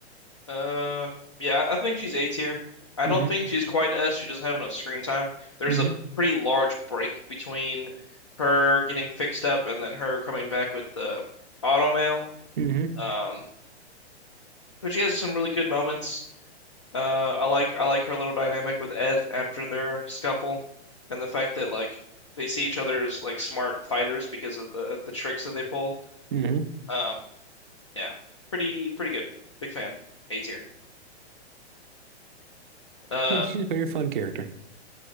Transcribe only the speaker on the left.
uh, yeah, I think she's A tier. I
don't think she's quite S. She doesn't have enough screen time. There's
a pretty large break between her getting fixed up and then her coming back with the automail.
Um, but she has some really good moments. Uh, I like I like her little dynamic with Ed after their scuffle, and the fact that like they see each other as like smart fighters because of the the tricks that they pull.
Um, yeah, pretty pretty good. Big fan. A tier. Um,